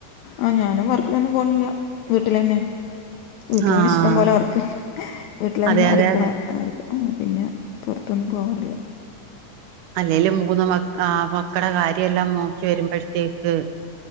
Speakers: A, on the left (about 85°); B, on the right (about 80°).
A: ആഹ് ഞാനും വർക്കിലൊന്നും പോണില്ല വീട്ടിലന്നെ വീട്ടിലന്നെ
B: ആഹ്
A: ഇഷ്ടം പോലെ വർക്ക് വീട്ടിൽ
B: അതെ
A: എന്നെ
B: അതെ
A: അടുക്കള
B: അതെ
A: പിന്നെ പൊർത്തൊന്നും പോവാറില്ല
B: അല്ലേലും മൂന്ന് മക്ക് ആ മക്കടെ കാര്യഎല്ലാം നോക്കി വരുമ്പഴ്ത്തേക്ക്